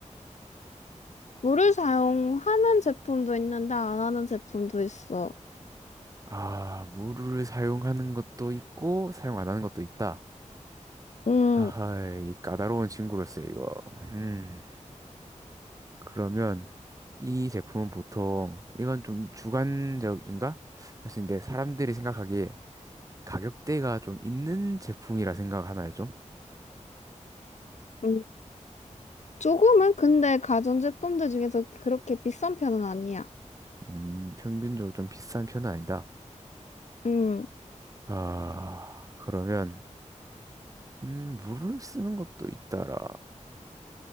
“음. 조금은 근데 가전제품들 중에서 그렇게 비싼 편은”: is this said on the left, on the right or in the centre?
Left